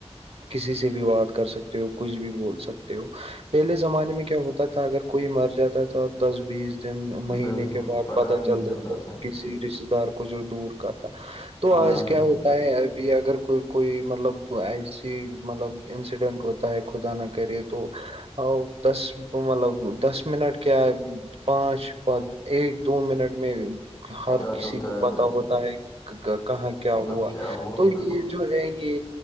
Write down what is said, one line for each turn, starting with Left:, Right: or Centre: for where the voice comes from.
Right: کسی سے بھی بات کر، سکتے ہو کچھ بھی بول سکتے ہو پہلے زمانے میں- کیا ہوتا تھا اگر کوئی مر جاتا تھا دس بیس- مہینے
Left: بالکل
Right: کے بعد پتا
Left: نہیں
Right: چل
Left: چلتا
Right: رہا س
Left: تھا
Right: کس- رشتے دار کو جو دور کا تھا تو
Left: ہاں
Right: آج کیا
Left: ہاں
Right: ہوتا
Left: بھائی
Right: ہے ابھی اگر کوئی- کوئی مطلب ایسی مطلب انسیڈنٹ ہوتا ہے خدا نہ کہہ رہے تو دس- تو مطلب دس منٹ کیا پانچ پ ایک دو منٹ میں- ہر
Left: پتا
Right: کسی
Left: چلتا
Right: کو
Left: ہے
Right: پتا
Left: بھائی
Right: ہوتا ہے کہاں کیا
Left: مطلب
Right: ہوا
Left: کیا ہوا
Right: تو
Left: بالکل
Right: یہ جو ہے- کہ